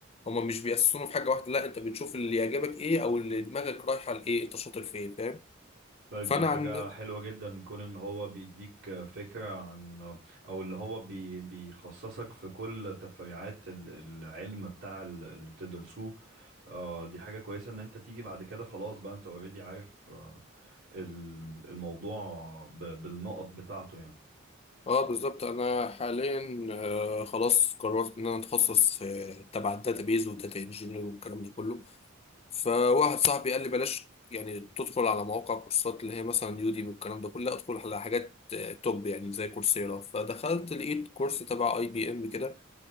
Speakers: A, on the left; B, on the right.
A: هما مش بيأسسونا في حاجه واحده لا انت بتشوف اللي يعجبك ايه او اللي دماغك رايحه لايه انت شاطر في ايه فاهم
B: طيب
A: فانا
B: دي حاجة
A: عن
B: حلوة جدا كون ان هو بيديك فكرة عن او ان هو بي بيخصصك في كل تفريعات ال- العلم بتاع ال- اللي بتدرسوه آه دي حاجة كويسة ان انت تيجي بعد كده خلاص بقى انت اوريدي عارف آه ال- الموضوع ب- بالنقط بتاعته يعني
A: اه بالظبط انا حاليا آه، خلاص قررت ان انا اتخصص في تبع الداتابيز والداتا انجينير والكلام ده كله فواحد صاحبي قال لي بلاش يعني تدخل على مواقع كورسات اللي هي مثلا يوديمي والكلام ده كله لا، ادخل على حاجات آه، توب يعني زي كورسيرا فدخلت لقيت كورس تبع اي بي ام كده